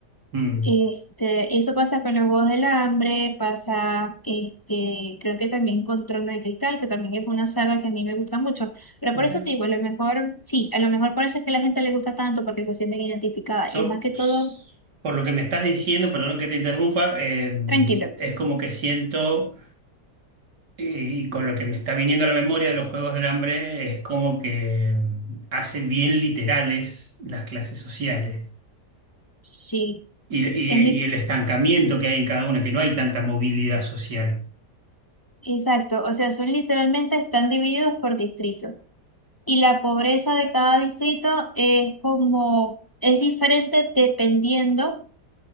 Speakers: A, on the right; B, on the left.
A: Mm.
B: Este, y eso pasa con los Juegos del Hambre, pasa, este, creo que también con Trono de Cristal, que también es una saga que a mí me gusta mucho. Pero
A: Mira.
B: por eso te digo, a lo mejor, sí, a lo mejor por eso es que a la gente le gusta tanto, porque se sienten identificadas.
A: Yo,
B: Y es más que
A: ps,
B: todo,
A: por lo que me estás diciendo, perdón que te interrumpa, eh,
B: tranquilo.
A: es como que siento, eh, y con lo que me está viniendo a la memoria de los Juegos del Hambre, es como que mm, hace bien literales las clases sociales
B: Sí,
A: y, y-
B: es li-
A: y el estancamiento que hay en cada una, que no hay tanta movilidad social.
B: exacto. O sea, son literalmente, están divididos por distritos. Y la pobreza de cada distrito es como, es diferente dependiendo.